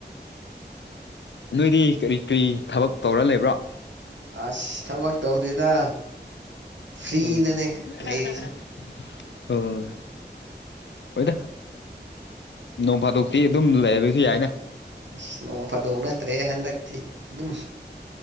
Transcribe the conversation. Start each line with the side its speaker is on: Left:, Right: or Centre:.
Left: ꯑ ꯅꯣꯏꯗꯤ ꯀꯔꯤ ꯀꯔꯤ ꯊꯕꯛ ꯇꯧꯔ ꯂꯩꯕ꯭ꯔꯥ
Right: ꯑꯁ ꯊꯕꯛ ꯇꯧꯗꯦꯗ ꯐ꯭ꯔꯤꯗꯅꯦ
Left: ꯑꯣ <unintelligible>
Right: ꯂꯩꯔꯤꯁꯦ
Left: ꯑꯣ ꯍꯣꯏꯗ ꯅꯣꯡ ꯐꯥꯗꯣꯛꯇꯤ ꯑꯗꯨꯝ ꯂꯩ ꯕꯗꯨꯁꯨ ꯌꯥꯏꯅ
Right: ꯑꯁ ꯅꯣꯡ ꯐꯥꯗꯣꯛ ꯅꯠꯇ꯭ꯔꯦ ꯍꯟꯗꯛꯇꯤ ꯑꯗꯨꯝ